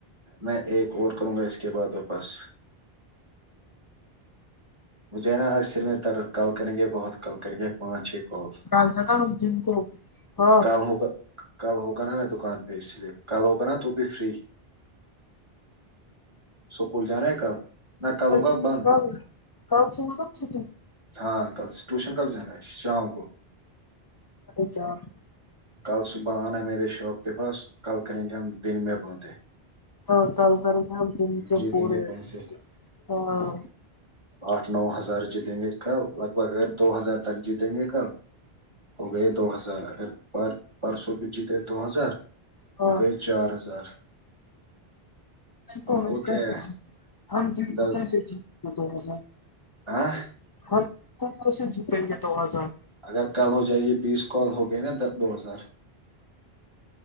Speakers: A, on the right; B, on the left.
A: میں ایک اور کروں گا اس کے بعد واپس مجھے ہے نا آج سر میں درد کل کریں گے بہت کل کریں گے پانچ چھہ اور
B: کل ہے نا ہم جن کو ہاں
A: کل ہوگا کل ہوگا نا میں دکان پہ اس لیے کل ہوگا نا تو بھی فری سکول جارہا ہے کل <unintelligible> کل
B: <unintelligible>
A: ہوگا بند ہاں کل سے ٹیوشن کب جانا ہے شام کو
B: <unintelligible>
A: کل صبح آنا ہے میرے شاپ کے پاس کل کریں گے ہم دن میں باتے
B: ہاں کل کرینگے ہم دن کو
A: جیتیں
B: پورے
A: گے پیسے
B: دن ہاں
A: آٹھ نو ہزار جیتیں کل لگ بھگ اگر دو ہزار تک جیتیں گے کل ہو گئے دو ہزار اگر پر پرسوں بھی جیتے دو ہزار
B: ہاں
A: ہو گیے چار ہزار
B: ہم
A: کو
B: کیسے
A: کیا ہے
B: جیتے ہم دن
A: دس
B: کو کیسے جیتے گے دو ہزار
A: <unintelligible>
B: ہم دن کو کیسے جیتیں گے دو ہزار
A: اگر کل ہو جائے گی بیس کال ہو گئی نا دو ہزار